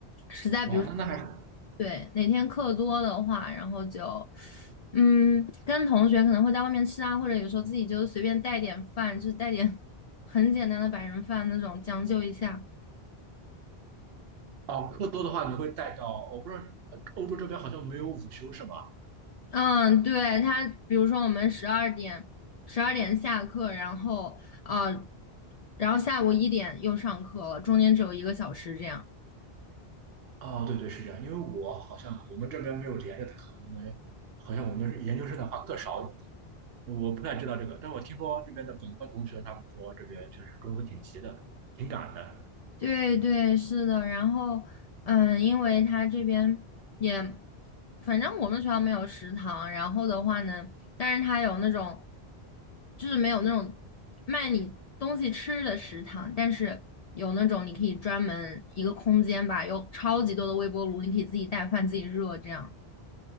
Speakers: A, on the left (about 55°); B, on the right (about 70°).
A: 实在比如说，
B: 哇，那那还是
A: 对，哪天课多的话，然后就，嗯，跟同学可能会在外面吃啊，或者有时候自己就随便带点饭，就是带点 <laughs> 很简单的白人饭那种，将就一下。
B: 哦，课多的话，你会带到，我不知道呃欧洲这边好像没有午休是吗？
A: 嗯，对，他，比如说我们十二点十二点下课，然后呃，然后下午一点又上课了，中间只有一个小时这样。
B: 啊，对对，是这样，因为我好像我们这边没有连着的课，因为好像我们是研究生的话课少一点，我不太知道这个，但我听说这边的本科同学他们说这边就是中午挺急的，挺赶的。
A: 对对，是的。然后嗯，因为他这边也，反正我们学校没有食堂，然后的话呢，但是他有那种，就是没有那种卖你东西吃的食堂，但是。有那种你可以专门一个空间吧，有超级多的微波炉，你可以自己带饭自己热这样。